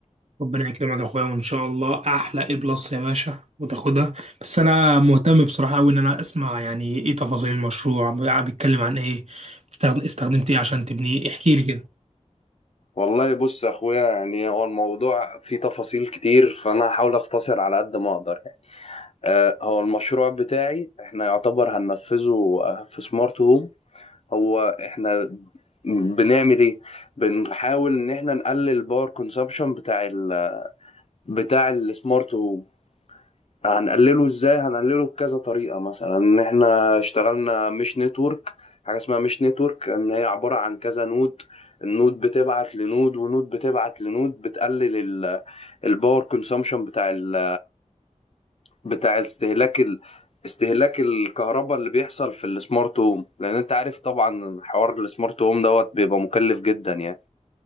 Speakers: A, on the right (about 60°); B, on the left (about 55°).
A: ربنا يكرمك يا اخويا وان شاء الله احلى اي بلس يا باشا وتاخدها بس انا مهتم بصراحه قوي ان انا اسمع يعني ايه تفاصيل المشروع بيتكلم عن ايه استخد- استخدمت ايه عشان تبنيه احكي لي كده
B: والله بص يا اخويا يعني هو الموضوع فيه تفاصيل كتير فانا هحاول اختصر على قد ما اقدر يعني. آه هو المشروع بتاعي احنا يعتبر هننفذه آه، في سمارت هوم هو احنا بنعمل ايه بنحاول ان احنا نقلل الباور كونسبشن بتاع ال بتاع السمارت هوم هنقلله ازاي هنقلله بكذا طريقه مثلا ان احنا اشتغلنا مش نتورك حاجه اسمها مش نتورك ان هي عباره عن كذا نود النود بتبعت لنود ونود بتبعت لنود بتقلل ال- الباور كونسومشن بتاع ال بتاع استهلاك ال استهلاك الكهرباء اللي بيحصل في السمارت هوم لان انت عارف طبعا حوار السمارت هوم دوت بيبقى مكلف جدا يعني